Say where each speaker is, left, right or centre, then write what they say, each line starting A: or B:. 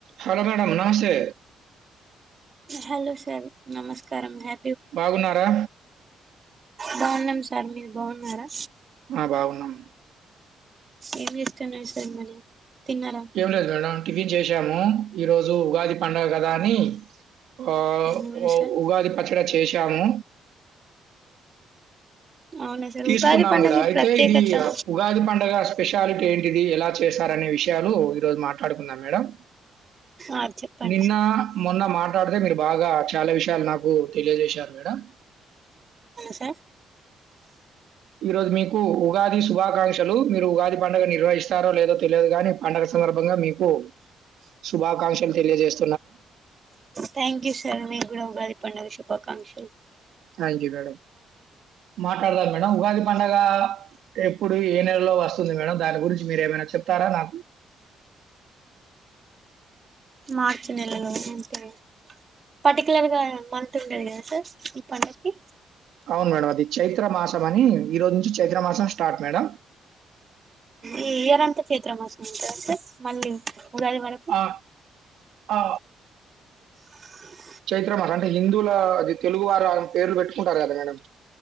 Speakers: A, on the right; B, on the right.
A: హలో మేడమ్ నమస్తే
B: హలో సార్ నమస్కారం హ
A: బాగున్నారా
B: బాగున్నాం సార్ మీరు బాగున్నారా
A: ఆ బాగున్నాం
B: ఏం చేస్తున్నారు సార్ మరి తిన్నారా
A: ఏం లేదు మేడం టిఫిన్ చేసాము ఈ రోజు ఉగాది పడుగ కదా అని ఓ
B: అవును సార్
A: ఉగాది పచ్చరాచ చేశాము
B: అవునా సార్
A: తీసుకున్నాం
B: ఉగాది పండుగ
A: కూడా అయితే
B: ప్రత్యేకత
A: ఇది ఉగాది పండగ స్పెషాలిటీ ఏంటి ఇది ఎలా చేశారనే విషయాలు ఈ రోజు మాట్లాడుకుందాం మేడం
B: ఆ చెప్పండి
A: నిన్న
B: సార్
A: మొన్న మాట్లాడితే మీరు బాగా చాలా విషయాలు నాకు ఏం తెలియజేశారు మేడం
B: సార్
A: ఈ రోజు మీకు ఉగాది శుభాకాంక్షలు మీరు ఉగాది పండుగ నిర్వహిస్తారో లేదో తెలియదు కానీ పండగ సందర్భంగా మీకు శుభాకాంక్షలు తెలియజేస్త
B: థ్యాంక్ యూ సార్ మీ కూడా ఉగాది పండుగ శుభా శుభాకాంక్షలు
A: థ్యాంక్ యూ మేడం. మాట్లాడదాం మేడం ఉగాది పండగ ఎప్పుడు ఏ నెలలో వస్తుంది మేడం దాని గురించి మీరు ఏమైనా చెప్తారా నాకు
B: మార్చి నెలలో అంతే పర్టికులర్ గా మంత్ ఉండది కదా సార్ ఈ పండుగ కి
A: అవును మేడం అది చైత్ర మాస అని ఈ రోజు నుంచి చైత్ర మాసం స్టార్ట్ మేడం
B: ఈ ఇయరంత చైత్ర మాసం ఉంటదా సార్ మళ్ళీ ఉగాది వరకు
A: ఆ! ఆ
B: <inaudible>
A: చైత్రమాస అంటే హిందూవుల అది తెలుగు వారు పేర్లు పెట్టుకుంటారు కదా మేడం